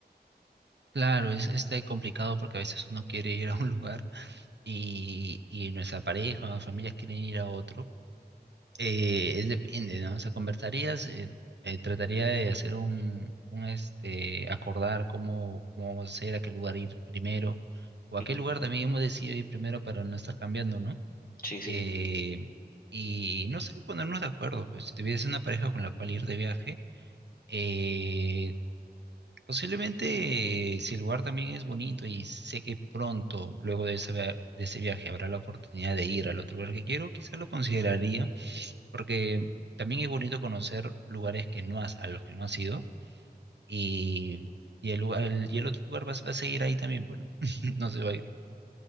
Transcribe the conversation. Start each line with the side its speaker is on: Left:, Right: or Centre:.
Right: Claro, es este complicado porque a veces uno quiere ir a un <laughs> lugar y, y nuestra pareja o familias quieren ir a otro Eh, es depende, ¿no? O sea, conversarías, eh, eh, trataría de hacer un, un este, acordar cómo, cómo vamos a hacer, a qué lugar ir primero, o a
Left: Ujú.
Right: qué lugar también hemos decidido ir primero para no estar cambiando, ¿no?
Left: Sí, sí,
Right: Eh,
Left: sí.
Right: y no sé, ponernos de acuerdo, pues si tuviese una pareja con la cual ir de viaje, eh, posiblemente eh, si el lugar también es bonito y sé que pronto, luego de ese, via- de ese viaje, habrá la oportunidad de ir al otro lugar que quiero, quizá lo consideraría porque también es bonito conocer lugares que no has, a los que no has ido y, y el lugar, el- y el otro lugar vas, va a seguir ahí también, bueno, <laughs> no se va a ir.